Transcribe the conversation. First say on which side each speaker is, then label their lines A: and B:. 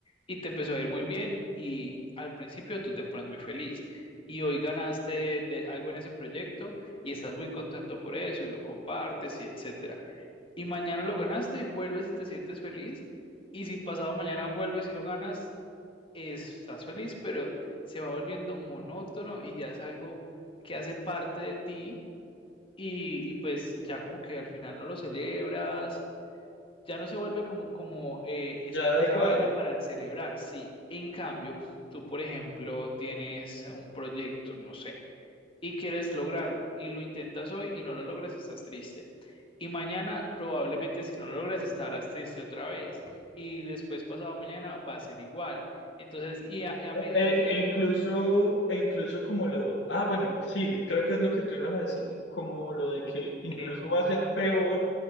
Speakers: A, on the left; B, on the left.
A: y te empezó a ir muy bien y al principio tú te pones muy feliz y hoy ganaste de algo en ese proyecto y estás muy contento por eso y lo compartes y etcétera y mañana lo ganaste y vuelves y te sientes feliz. Y si pasado mañana vuelves y lo ganas, estás feliz, pero se va volviendo monótono y ya es algo que hace parte de ti y, y pues ya como que al final no lo celebras, ya no se vuelve como, como eh, esa,
B: Ya da
A: esa
B: igual.
A: vaina para celebrar, sí. En cambio, tú, por ejemplo, tienes un proyecto, no sé y quieres lograrlo y lo intentas hoy y no lo logras, estás triste. Y mañana probablemente si no lo logras estarás triste otra vez. Y después pasado mañana va a ser igual. Entonces, y a, a medida
B: E, e-
A: que,
B: e incluso,
A: lo-
B: e incluso como lo, ah, bueno, sí, creo que es lo que tú ibas a decir, como lo de que incluso
A: que
B: va a ser peor,